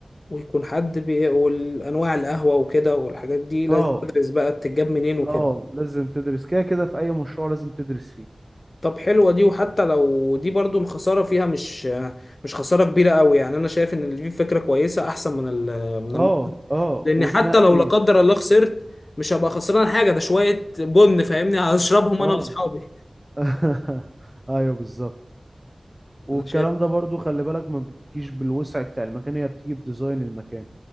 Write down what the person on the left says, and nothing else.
ويكون حد بي... والانواع القهوه وكده والحاجات دي لازم
ادرس بقى بتتجاب منين وكده
طب حلوة دي وحتى لو دي برضو الخسارة فيها مش مش خسارة كبيرة قوي يعني أنا شايف إن دي فكرة كويسة أحسن من ال من الم...
لأن
حتى لو لا قدر الله خسرت مش هبقى خسران حاجة ده شوية بن فاهمني هشربهم
أنا وأصحابي
أنا شايف